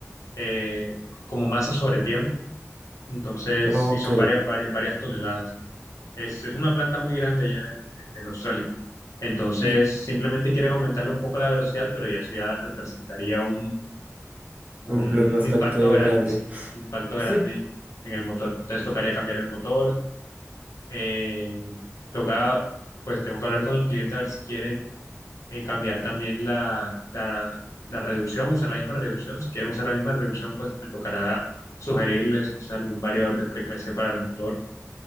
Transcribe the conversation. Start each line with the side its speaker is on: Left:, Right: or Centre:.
Left: eh, como masa sobre tiempo. Entonces,
Right: Ah,
Left: sí,
Right: Ok,
Left: son varias, varias, varias toneladas. Es, es una planta muy grande ya en, en Australia. Entonces,
Right: y
Left: simplemente quieren aumentarle un poco la velocidad, pero ya eso ya representaría un, un,
Right: un plus bastante
Left: un impacto grande,
Right: grande.
Left: sí, un impacto grande
Right: Sí,
Left: en, en el motor. Entonces, tocaría cambiar el motor. eh, toca, pues tengo que hablar con el cliente a ver si quieren eh, cambiar también la, la, la reducción, usar la misma reducción. Si quieren usar la misma reducción, pues me tocará sugerirles, no sé, algún variador de frecuencia para el motor